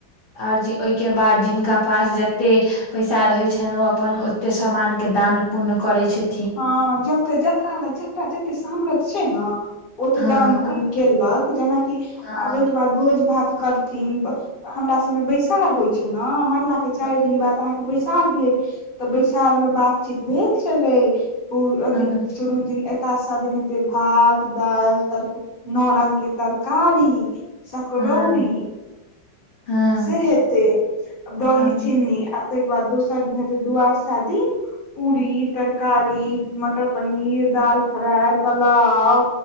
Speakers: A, on the left; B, on the left.
A: आओर जे ओहिके बाद जिनका पास जते पैसा रहैत छनि ओ अपन ओते के सामान के दान पुण्य करै छै
B: हँ जते जकरा लग जकरा जतेक सामरथ छै न ओते
A: हँ
B: दान पुण्य केलक जेनाकि
A: हँ
B: आ ओहिके बाद भोज भात कर हमरा सबमे बैसार होइ छै न मरला के चाईर
A: हँ
B: दिन बाद अहाँके बैस बैसार भेल तऽ बैसार मे बातचीत भेल छलै अथी
A: हँ
B: शुरू दिन सा दिन हेते भात दालि तर नओ रंग के तरकारी सक
A: हँ
B: रौरी
A: हँ
B: से हेतै दहि
A: हँ
B: चनी ताहिके बाद दोसर दिन हेे दुआशा दीन पूरी तरकारी मटर पनीर दाल फ्राय पलाव